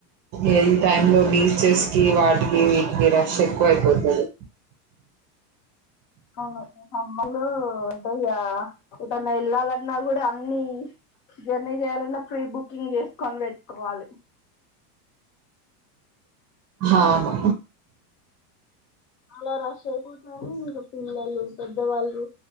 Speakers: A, on the right; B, on the left.
A: ఏది టైమ్ లో బీచెస్ కి వాటి ఇవీట్కి రష్ ఎక్కువ ఐపోతది.
B: అవును ఇఅమ్మలూ అయ్యా ఎటన్న వెళ్ళాలన్నా కూడా అన్ని జర్నీ చేయాలన్నా ప్రీ బుకింగ్ చేసుకొని పెట్టుకోవాలి.
A: హాను
B: చలా రష్ అయిపోతాయి ఇంకా పిల్లలు, పెద్దవాళ్ళు